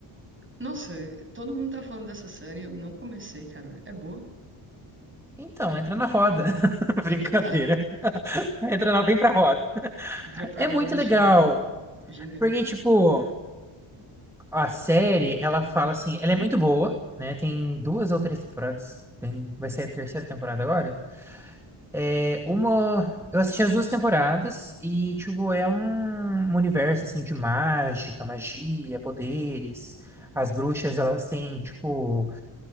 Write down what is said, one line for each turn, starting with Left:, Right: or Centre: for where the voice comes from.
Right: Nossa, todo mundo tá falando dessa série, eu não comecei, cara. É boa?
Centre: Então, entra na roda. <laughs> Brincadeira.
Right: Entra, <laughs> ah,
Centre: Entra na, vem pra roda.
Right: entra pra
Centre: É
Right: roda,
Centre: muito legal,
Right: gira. Ginga,
Centre: porque,
Right: né?
Centre: tipo, a série, ela fala assim, ela é muito boa, né? Tem duas ou três temporadas. Tem, vai ser a terceira temporada agora. É uma, eu assisti as duas temporadas e, tipo, é um, um universo, assim, de mágica, magia, poderes. As bruxas, elas têm, tipo,